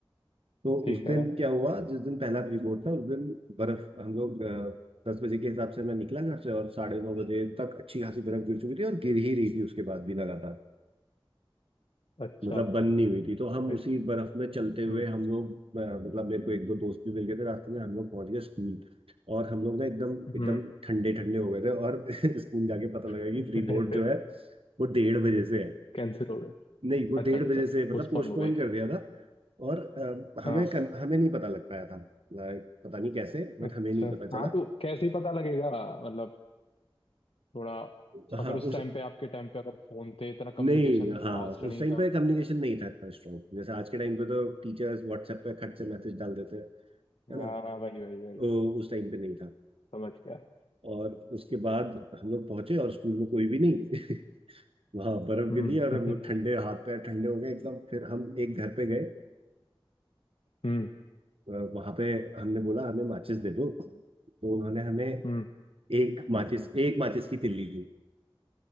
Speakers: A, on the right (about 80°); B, on the left (about 85°).
A: तो
B: ठीक
A: उस दिन
B: है
A: क्या हुआ जिस दिन पहला प्री बोर्ड था उस दिन बर्फ हम लोग अ, दस बजे के हिसाब से मैं निकला घर से और साढ़े नौ बजे तक अच्छी खासी बर्फ गिर चुकी थी और गिर ही रही थी उसके बाद भी लगातार
B: अच्छा
A: मतलब बंद नहीं हुई थी तो हम
B: अरे
A: उसी बर्फ में चलते हुए
B: हम्म
A: हम लोग अ, मतलब मेरे को एक दो दोस्त भी मिल गए थे रास्ते में हम लोग पहुंच गए स्कूल और हम लोग ना एकदम
B: हम्म
A: एकदम ठंडे ठंडे हो गए थे और <laughs> स्कूल जाके पता
B: <laughs>
A: लगा कि प्री बोर्ड जो है वो डेढ़ बजे से है
B: कैंसिल हो गए
A: नहीं वो
B: अच्छा
A: डेढ़
B: अच्छा
A: बजे से मतलब
B: पोस्टपोन
A: पोस्टपोन
B: हो गए
A: कर दिया था और अ, हमें
B: हाँ
A: कन- हमें नहीं पता लग पाया था Like, पता नहीं कैसे बट
B: अच्छा
A: हमें नहीं पता चला
B: हाँ तो कैसे ही पता लगेगा मतलब थोड़ा
A: हाँ
B: अगर उस
A: उस
B: टाइम पे आपके टाइम पे अगर फोन थे इतना कम्युनिकेशन
A: नहीं हाँ
B: फास्ट नहीं
A: उस टाइम
B: था
A: पे कम्युनिकेशन नहीं था इतना स्ट्रॉन्ग जैसे आज के टाइम पे तो टीचर्स व्हाट्सएप पे खट से मैसेज डाल देते हैं
B: हाँ
A: है ना
B: वही वही
A: तो
B: वही
A: उस टाइम पे नहीं था
B: समझ गया
A: और उसके बाद हम लोग पहुंचे और स्कूल में कोई भी नहीं <laughs> वहाँ बर्फ
B: हम्म
A: गिरी और हम लोग
B: <laughs>
A: ठंडे हाथ पैर ठंडे हो गए एकदम फिर हम एक घर पे गए
B: हम्म
A: वहां पे हमने बोला हमें माचिस दे दो तो उन्होंने हमें
B: हम्म
A: एक माचिस एक माचिस की तिल्ली दी